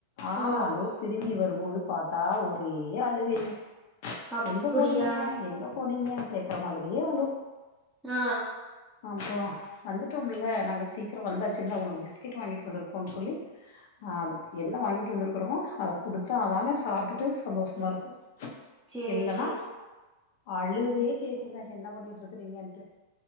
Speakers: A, on the left; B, in the centre.
A: ஆனாலு
B: ஓ
A: திரும்பி வரும்போது பாத்தா ஒரே அழுகைங்க
B: அப்டியா
A: எங்க போனீங்க எங்க போனீங்கனு கேக்குற மாரியே அழு
B: ஆ
A: அப்புறம் வந்துட்டோமுல நாங்க சீக்கிரம் வந்தாச்சு இந்தா உனக்கு பிஸ்கெட் வாங்கிட்டு வந்துருக்கோன்னு சொல்லி ஆ அதுக்கு என்ன வாங்கிட்டு வந்துருக்குறோமோ அத குடுத்தா தானே சாப்ட்டுட்டு சந்தோஷமா இருக்கும்
B: சேரி
A: இல்லன்னா
B: சேரி
A: அழுதே கேக்குங்க என்ன பண்ணிட்டு இருக்குறீங்கன்ட்டு